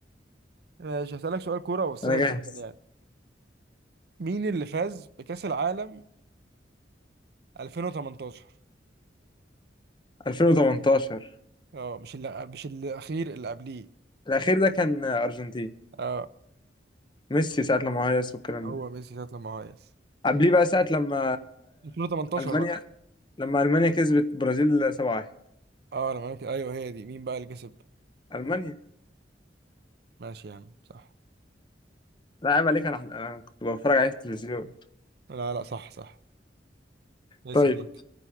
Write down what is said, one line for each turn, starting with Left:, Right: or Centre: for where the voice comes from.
Right: ماشي هسألك سؤال كوره وسهل
Left: انا جاهز
Right: جدا يعني مين اللي فاز بكأس العالم 2018
Left: 2018
Right: اه مش اللي مش الاخير اللي قبليه
Left: الاخير ده كان ارجنتين
Right: اه
Left: ميسي ساعة لما هيص والكلام
Right: هو
Left: ده
Right: ميسي ساعه لما هيص
Left: قبليه بقى ساعة لما
Right: 2018
Left: المانيا
Right: بقى
Left: لما المانيا كسبت برازيل 7-1
Right: اه لما كده ايوه هي دي مين بقى اللي كسب
Left: المانيا
Right: ماشي يا عم صح
Left: لا عيب عليك انا انا كنت بتفرج عليه في التلفزيون
Right: لا لا صح صح اسأل
Left: طيب
Right: انت